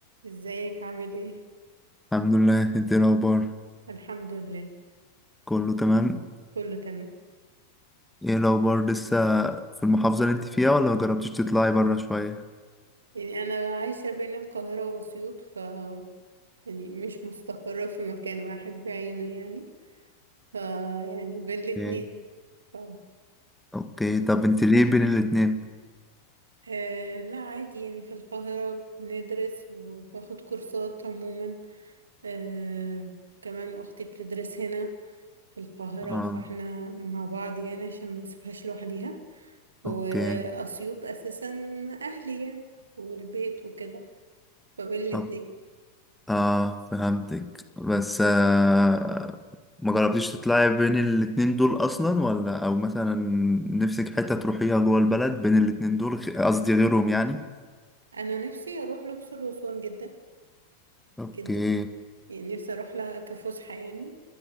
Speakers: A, on the right (about 70°); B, in the centre.
A: ازيك عامل ايه
B: الحمد لله انت ايه الاخبار
A: الحمد لله
B: كله تمام
A: كله تمام
B: ايه الاخبار لسه في المحافظه اللي انت فيها ولا مجربتيش تطلعي بره شويه
A: يعني انا عايشة بين القاهرة واسيوط ف يعني مش مستقرة في مكان واحد بعينه يعني ف يعني بين الاتنين
B: ايه.
A: ف...
B: اوكي طب انت ليه بين الاتنين
A: آه لا عادي يعني في القاهرة بندرس وباخد كورسات عموما آه كمان اختي بتدرس هنا في القاهرة
B: اه
A: فاحنا مع بعض يعني عشان ما اسيبهاش لوحديها وأسيوط
B: اوكي
A: أساسا أهلي يعني والبيت وكده فبين الاتنين
B: طب اه فهمتك بس آه ما جربتيش تطلعي بين الاتنين دول اصلا ولا او مثلا نفسك حته تروحيها جوه البلد بين الاتنين دول غ- قصدي غيرهم يعني
A: أنا نفسي أروح الأقصر وأسوان جدا
B: اوكي
A: جدا يعني نفسي أروح لها كفسحة يعني